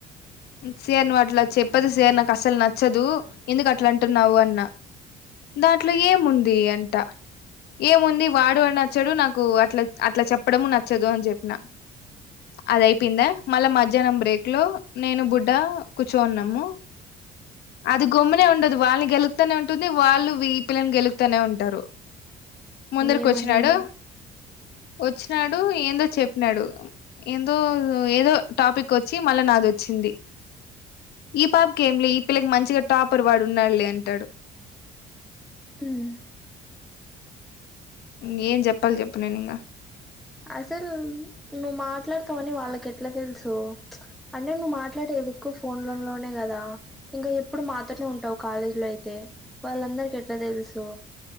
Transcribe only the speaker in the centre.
ఏమనింది
హుమ్
అసలు నువ్వు మాట్లాడతావని వాళ్ళకెట్లా తెలుసు అంటే నువ్వు మాట్లాడే ందుకు ఫోన్ లో లోనే గదా ఇంకా ఎప్పుడు మాతోనే ఉంటావ్ కాలేజీ లో అయితే వాళ్ళందరికి ఎట్లా దెలుసు